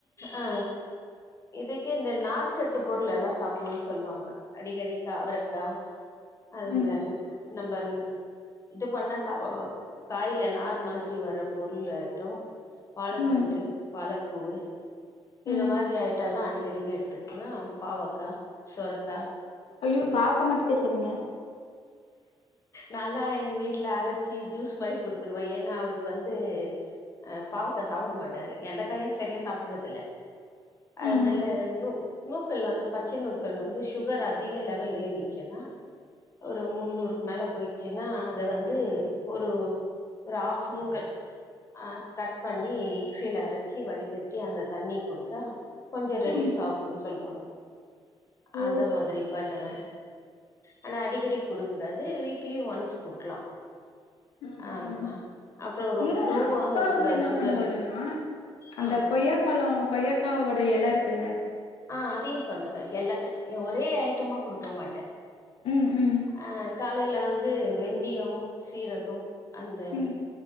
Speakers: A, on the left; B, on the left.
A: ஆ இதுக்கு இந்த நார்ச்சத்து பொருள் எல்லா சாப் புனு சொல்வாங்க அடிக்கடிக்கு அவரக்கா அது
B: ம்
A: நம்ம இது பண்ண ச காய்ல நார் மாதிரி வர பொருள் ஆயிட்டொ வாழத்தண்டு
B: ம்
A: வாழப்பூவு இத
B: ம்
A: மாதிரி ஆயிட்டால்லா அடிக்கடிக்க எடுத்துக்கல பாவக்கா சொரக்கா
B: ஐயோ பாவக்கா மட்டு பேசாதீங்க
A: நல்லா எங்க வீட்ல அரச்சி ஜூஸ் மாரி குடுத்துருவ ஏன்னா அவருக்கு வந்து அ பாவக்க சாப்ட மாட்டாரு எந்த காயு சரியா சாப்புட்றதில்ல அதனால
B: ம்
A: இன்னு நூக்கல் வந்து பச்ச நூக்கல் வந்து சுகர் அதிக லெவல் ஏறிச்சுன்னா ஒரு முன்னூறுக்கு மேல போயிச்சுன்னா அத வந்து ஒரு ஒரு ஆஃப் நூக்கல் ஆ கட் பண்ணி மிக்சில அரச்சி வடிக்கட் கட்டி அந்த தண்ணி குடுத்தா கொஞ்சம்
B: ம்
A: ரெடிஸ் ஆகுன்னு சொல்வாங்க
B: ஓ
A: அந்த மாதிரி பண்ணுவே ஆனா அடிக்கடி குடுக்க கூடாது வீக்லி ஒன்ஸ் குடுக்கலா
B: ம்
A: ஆ
B: ம்
A: அப்றோ ஒரு
B: இல்ல
A: லோவ
B: அப்பா
A: ஆ இருக்க
B: வந்து
A: கூடாது
B: என்ன
A: சுகரு
B: பண்ணுவாருன்னா அந்த
A: ஆ
B: கொய்யாப்பழோ கொய்யாக்காவோட எல இருக்குல்ல
A: ஆ அதையு பண்ணுவே எல்லா ஒரே ஐட்டமா குடுக்க மாட்டே
B: ம் ம்
A: ஆ காலேல வந்து வெந்தியம் சீரகம் அந்த
B: ம்